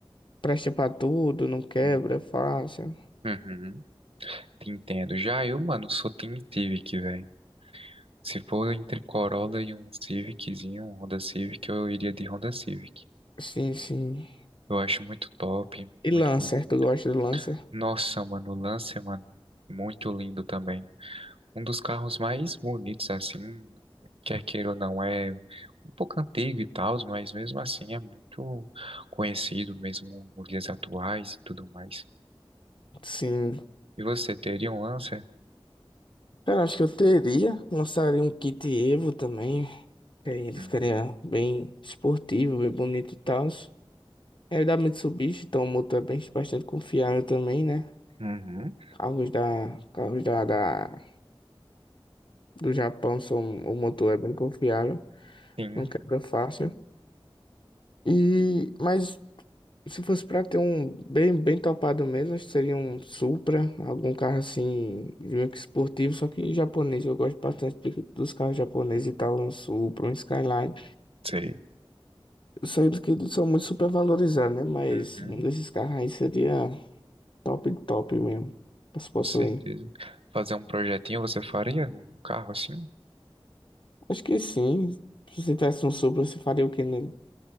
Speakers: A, on the left; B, on the right.
A: presta pra tudo, não quebra,
B: uhum,
A: é fácil.
B: uhum. Te entendo. Já eu, mano, sou Team Civic, velho. Se for entre Corolla e um Civiczinho, um Honda Civic, eu iria de Honda Civic.
A: Sim, sim.
B: Eu acho muito top,
A: E
B: muito
A: Lancer,
B: bonito.
A: tu gosta do Lancer?
B: Nossa, mano, o Lancer, mano, muito lindo também. Um dos carros mais bonitos, assim, quer queira ou não, é um pouco antigo e tal, mas mesmo assim é muito conhecido, mesmo nos dias atuais e tudo mais.
A: Sim.
B: E você teria um Lancer?
A: Cara, acho que eu teria. Lançaria um kit Evo também. que aí ele
B: Hum,
A: ficaria bem esportivo, bem bonito e tal. É da Mitsubishi, então o motor é bem, bastante confiável também, né?
B: Uhum,
A: Carros da, carros da, da- do Japão são, o motor é bem confiável,
B: sim,
A: não quebra fácil. E, mas Se fosse pra ter um bem, bem topado mesmo, acho que seria um Supra, algum carro assim, meio que esportivo, só que japonês. Eu gosto bastante de- dos carros japoneses e tal, um Supra, um Skyline.
B: sei.
A: Eu sei que eles são muito supervalorizados, né? Mas
B: Uhum,
A: um desses carros aí seria top, top mesmo, pra se possuir.
B: com certeza. Fazer um projetinho você faria num carro assim?
A: Acho que sim. Se você tivesse um Supra, você faria o que nele?